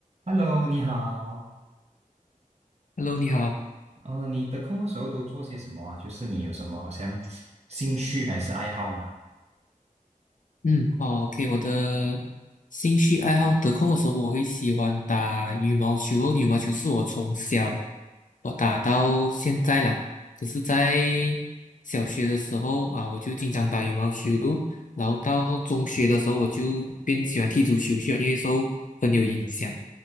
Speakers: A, on the right; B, on the left.
A: Hello，你好。
B: Hello，你好。
A: 呃，你的空的时候都做些什么啊？就是你有什么好像兴趣还是爱好吗？
B: 嗯，哦，OK，我的兴趣爱好得空的时候，我会喜欢打羽毛球哦羽毛球是我从小我打到现在啦。可是，在小学的时候啊，我就经常打羽毛球。然后到中学的时候，我就变喜欢踢足球去了，因为受朋友影响。